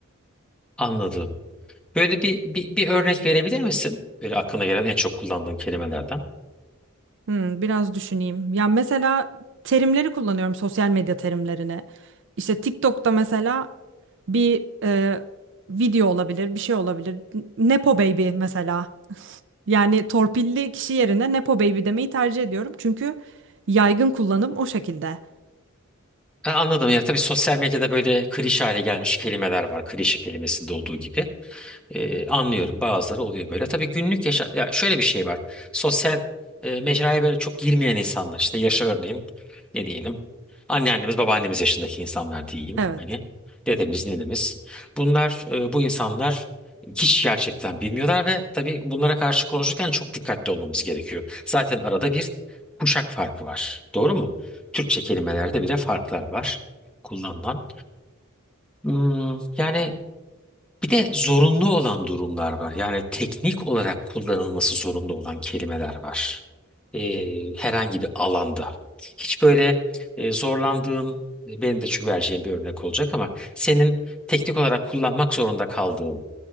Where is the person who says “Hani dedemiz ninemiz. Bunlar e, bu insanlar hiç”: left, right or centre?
Centre